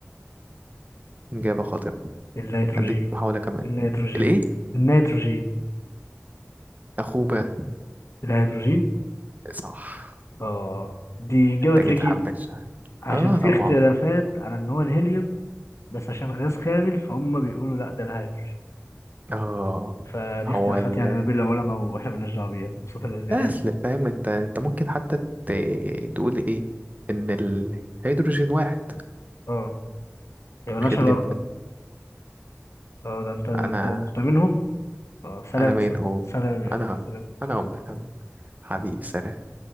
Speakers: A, on the right; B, on the left.
A: إجابة خاطئة
B: النيتروجين
A: هديك محاولة كمان
B: النيتروجين
A: الإيه؟
B: النيتروجين
A: أخوبة
B: الهيدروجين
A: صح
B: آه دي إجابة
A: محتاجة
B: تريكي
A: حبة شهر.
B: عشان
A: آه
B: في
A: طبعا
B: اختلافات على إن هو الهيليوم بس عشان غاز خامل فهم بيقولوا لا ده الهيدروجين
A: آه
B: فدي
A: هو
B: اختلافات
A: ال
B: يعني ما بين العلماء وإحنا مالناش دعوة بيها الوساطة العلمية
A: الأصل
B: دي إحنا
A: فاهم أنت أنت ممكن حتى ت... تقول إيه إن الهيدروجين واحد
B: آه هي مالهاش
A: خد
B: علاقة
A: لي الباقي
B: آه ده أنت ده
A: أنا
B: أنت أنت منهم آه سلام
A: أنا مين
B: س-
A: هو
B: سلام يا
A: أنا
B: سلام
A: أنا أمك أنا حبيبي سلام